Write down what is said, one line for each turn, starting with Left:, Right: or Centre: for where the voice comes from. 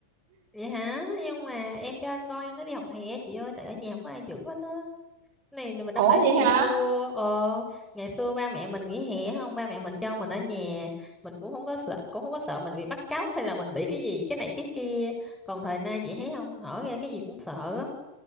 Centre: vậy hả nhưng mà em cho con em nó đi học hè chị ơi tại ở nhà không có ai giữ hết á này thì mình
Right: ủa
Centre: đâu phải như
Right: vậy
Centre: ngày
Right: hả
Centre: xưa ờ ngày xưa ba mẹ mình nghỉ hè không ba mẹ mình cho mình ở nhà mình cũng không có sợ cũng không có sợ mình bị bắt cóc hay là mình bị cái gì cái này cái kia còn thời nay chị thấy không hở ra cái gì cũng sợ á